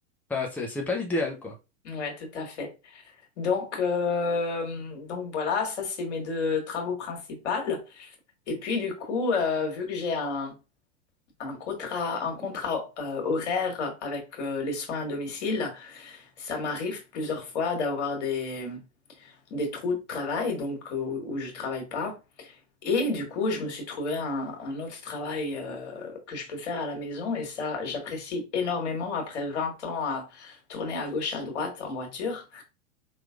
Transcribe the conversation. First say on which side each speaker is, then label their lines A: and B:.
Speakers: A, in the centre; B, on the left.
A: pas, c'est c'est pas l'idéal, quoi.
B: Ouais, tout à fait. Donc, euh, donc voilà, ça c'est mes deux travaux principaux. Et puis du coup, euh, vu que j'ai un, un contrat, un contrat euh, horaire avec euh, les soins à domicile, ça m'arrive plusieurs fois d'avoir des, des trous de travail, donc euh, où je travaille pas. Et du coup, je me suis trouvé un, un autre travail euh, que je peux faire à la maison. Et ça, j'apprécie énormément après 20 ans à tourner à gauche, à droite en voiture.